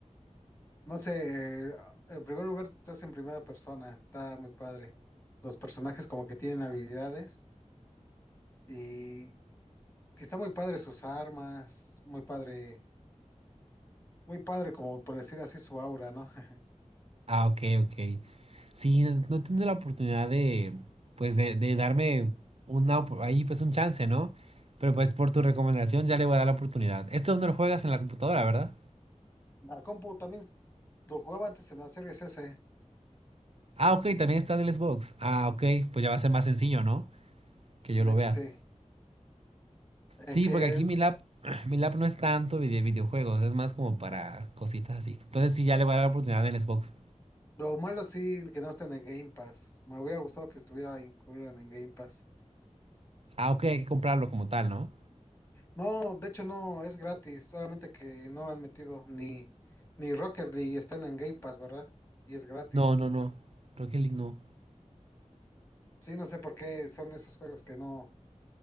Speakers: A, on the left; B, on the right.
A: No sé, eh, en primer lugar, estás en primera persona, está muy padre. Los personajes como que tienen habilidades y que está muy padre sus armas, muy padre, muy padre como por decir así su aura, ¿no? <laughs>
B: Ah, ok, ok. Sí, no, no tendré la oportunidad de, pues, de, de darme una, opor- ahí, pues, un chance, ¿no? Pero, pues, por tu recomendación ya le voy a dar la oportunidad. Este donde lo juegas en la computadora, ¿verdad?
A: La compu también lo jugaba antes en la Series S,
B: Ah, ok, también está en el Xbox. Ah, ok, pues ya va a ser más sencillo, ¿no? Que yo
A: de
B: lo
A: hecho
B: vea.
A: sí. Eh,
B: Sí,
A: que
B: porque aquí mi lap, <clears throat> mi lap no es tanto de videojuegos, es más como para
A: ah,
B: cositas así. Entonces sí, ya le voy a dar la oportunidad en el Xbox.
A: lo malo sí que no está en el Game Pass. Me hubiera gustado que estuviera incluido en el Game Pass.
B: Ah, ok, hay que comprarlo como tal, ¿no?
A: No, de hecho no, es gratis, solamente que no lo han metido ni, ni Rocket League están en Game Pass, ¿verdad? Y es gratis.
B: No, no, no. Rocket League no.
A: Sí, no sé por qué son esos juegos que no,